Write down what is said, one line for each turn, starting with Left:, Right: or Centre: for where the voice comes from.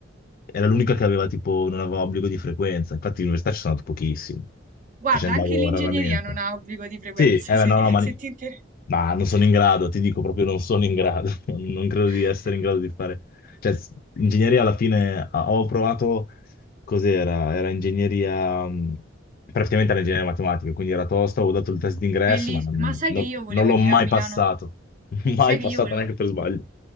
Left: era l'unica che aveva tipo, non aveva obbligo di frequenza, infatti all'università ci sono andato pochissimo,
Right: Guarda,
Left: cioè ci andavo
Right: anche l'ingegneria
Left: raramente.
Right: non ha obbligo di frequenza,
Left: Sì, eh,
Right: <laughs> se,
Left: no, no, ma,
Right: se ti interessa.
Left: ma non sono in grado, ti dico proprio non sono in grado, <laughs> non credo
Right: <laughs>
Left: di essere in grado di fare, cioè s- ingegneria alla fine ah, ho provato, cos'era? Era ingegneria, mh, praticamente era ingegneria matematica, quindi era tosta, avevo dato il test d'ingresso,
Right: Bellissimo.
Left: ma non,
Right: Ma sai
Left: non-
Right: che io volevo
Left: non l'ho
Right: venire
Left: mai
Right: a Milano?
Left: passato, <laughs> mai
Right: Sai che
Left: passato
Right: io volevo...
Left: neanche per sbaglio.